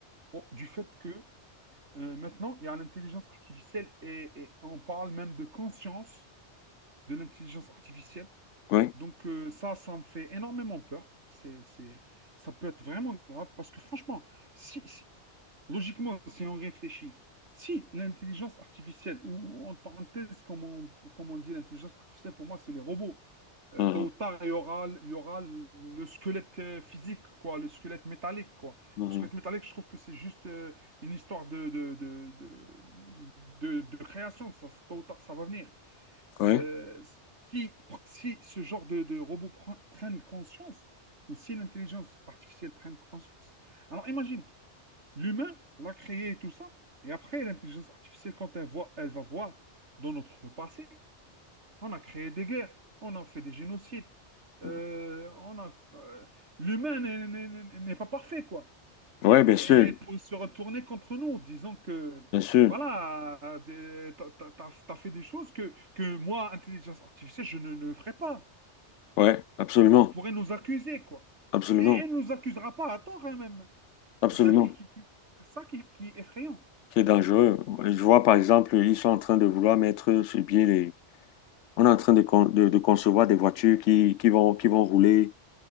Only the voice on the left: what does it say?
Oui.
Mhm.
Mhm.
Oui.
Mhm.
Oui,
bien sûr,
bien sûr.
Oui, absolument,
absolument,
absolument.
C'est dangereux. Je vois, par exemple, ils sont en train de vouloir mettre sur pied les On est en train de, con- de, de concevoir des voitures qui, qui vont, qui vont rouler